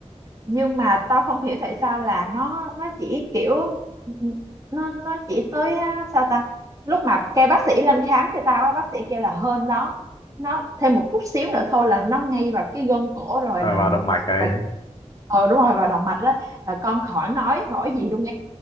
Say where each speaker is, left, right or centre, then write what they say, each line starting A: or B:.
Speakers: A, on the right; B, on the left.
A: nhưng mà tao không hiểu tại sao là nó nó chỉ kiểu nó nó chỉ tới á, sao ta lúc mà kêu bác sĩ lên khám cho tao á bác sĩ kêu là hơn đó nó thêm một chút xíu nữa thôi là nó ngay vào cái gân cổ rồi
B: vào
A: làm
B: động mạch ấy
A: là ờ đúng rồi vào động mạch đó là con khỏi nói khỏi gì luôn nha